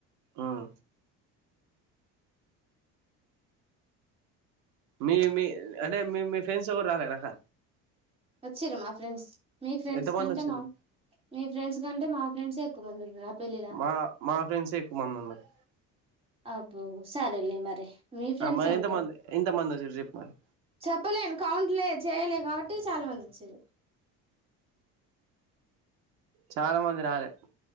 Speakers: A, on the right (about 80°); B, on the right (about 20°).
A: ఉమ్ మీ మీ అంటే మీ మీ ఫ్రెండ్స్ ఎవరు రాలేనాక్క
B: వచ్చిర్రు మా ఫ్రెండ్స్ మీ ఫ్రెండ్స్
A: ఎంత మంది
B: కంటే
A: వచ్చిర్రు
B: మా మీ ఫ్రెండ్స్ కంటే మా ఫ్రెండ్సే ఎ క్కువ మంది ఉన్నారు పెళ్ళిల
A: మా మా ఫ్రెండ్సే ఎక్కువ మంది ఉన్నారు
B: అబ్బో సరేలే మరి మీ ఫ్రెండ్సే
A: ఆ మరి
B: ఉంటర్
A: ఎంతమంది ఎంతమంది వచ్చిర్రు చెప్పు మరి
B: చెప్పలేను కౌంట్ లేదు చేయలే కాబట్టి చాలా మంది వచ్చిర్రు
A: చాలా మంది రాలే